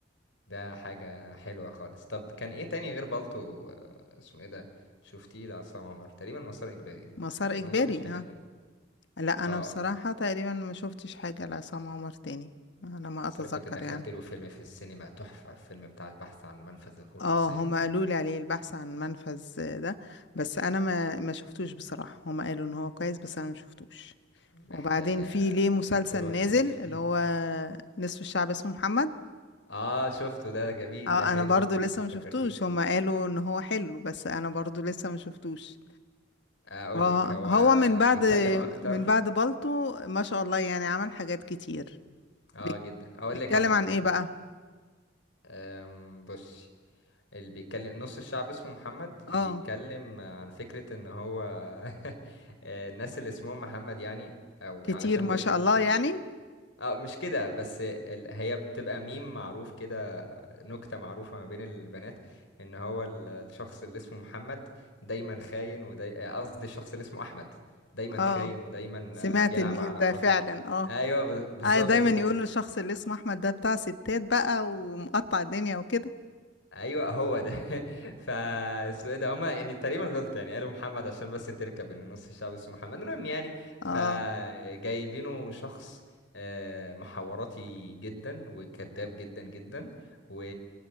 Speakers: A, on the left; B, on the left.
A: ده حاجه حلوه خالص طب كان ايه تاني غير بالطو آه، اسمه ايه ده شفتيه لعصام عمر تقريبا مسار اجباري
B: مسار
A: في
B: إجباري
A: ما اظنش حاجه
B: اه
A: تانية
B: لا
A: اه
B: انا بصراحة تقريبا ما شفتش حاجة لعصام عمر تاني على ما اتذكر
A: بس أنا كنت دخلت
B: يعني
A: له فيلم في السينما تحفه فيلم بتاع البحث عن منفذ لخروج
B: اه
A: السيد
B: هما
A: رامبو
B: قالوا لي عليه البحث عن منفذ ده بس انا ما ما شفتوش بصراحة هما قالوا ان هو كويس بس انا ما شفتوش
A: محتاجه
B: وبعدين في ليه مسلسل
A: تروحي
B: نازل
A: تشوفيه
B: اللي هو نصف الشعب اسمه محمد
A: اه شفته ده جميل
B: اه
A: ده حلو
B: انا برضو
A: انك
B: لسه
A: افتكرتيه
B: ما شفتوش هما قالوا ان هو حلو بس انا برضو لسه ما شفتوش
A: اقول
B: اه
A: لك هو
B: هو من بعد
A: بيتكلم اكتر
B: من بعد بالطو ما شاء الله يعني عمل حاجات كتير
A: اه
B: بيك-
A: جدا اقول
B: بيتكلم
A: لك على ال...
B: عن ايه
A: ال-
B: بقى
A: أم، بصي اللي بيتكلم نص الشعب اسمه محمد بيتكلم
B: اه
A: عن فكرة ان هو <laughs> الناس اللي اسمهم محمد يعني او
B: كتير
A: علشان
B: ما
A: ب... بتبقى
B: شاء الله يعني
A: اه مش كده بس ال... هي بتبقى ميم معروف كده نكتة معروفة ما بين البنات ان هو ال- الشخص اللي اسمه محمد دايما خاين وداي آه، قصدي الشخص اللي اسمه احمد دايما
B: اه
A: خاين ودايما
B: سمعت
A: آه، بيلعب
B: الميم
A: على
B: ده
A: مراته
B: فعلا
A: كده
B: اه
A: ايوه ب- بالظبط
B: آه دايما
A: كده
B: يقولوا الشخص اللي اسمه احمد ده بتاع ستات بقى ومقطع الدنيا وكده
A: ايوه هو ده <laughs> فاسمه إيه ده هما يعني تقريبا غلط يعني قالوا محمد عشان بس تركب ان نص الشعب اسمه محمد المهم يعني فجايبينه
B: اه
A: شخص آه، محوراتي جدا وكذاب جدا جدا و...